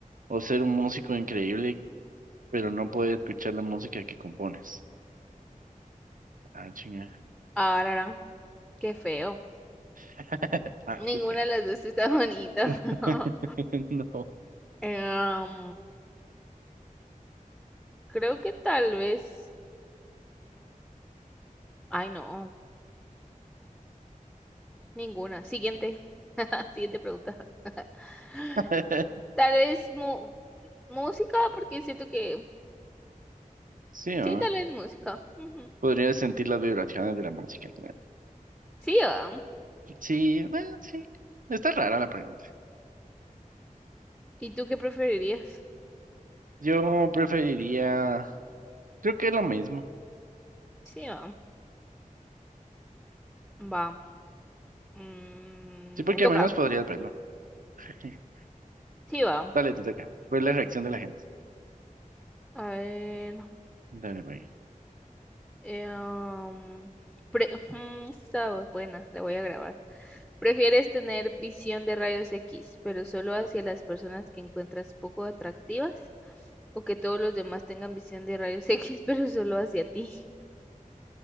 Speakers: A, on the right (about 75°); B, in the centre.
A: ¿O ser un músico increíble pero no poder escuchar la música que compones? Ah, chinga.
B: Ahora, qué feo.
A: <laughs> Ah,
B: Ninguna
A: qué feo.
B: de las dos está bonita.
A: <laughs>
B: <laughs>
A: No.
B: Em, creo que tal vez. Ay, no, ninguna. Siguiente. <laughs> Siguiente pregunta. <laughs>
A: <laughs>
B: Tal vez mu- música, porque siento que.
A: Sí, ¿no?
B: Sí, tal vez música. Ujú.
A: Podrías sentir las vibraciones de la música, claro.
B: Sí, va.
A: Sí, bueno, sí. Está rara la pregunta.
B: ¿Y tú qué preferirías?
A: Yo preferiría, creo que es lo mismo.
B: Sí, va. Va. Mm,
A: Sí, porque
B: me toca.
A: al menos podrías verlo. <laughs>
B: Sí, va.
A: Dale, te toca. Ver la reacción de la gente.
B: A ver.
A: Dale, güey.
B: Eh, um, pre- ujú, esta está buena, la voy a grabar. ¿Prefieres tener visión de rayos X, pero solo hacia las personas que encuentras poco atractivas? ¿O que todos los demás tengan visión de rayos <laughs> X, pero solo hacia ti?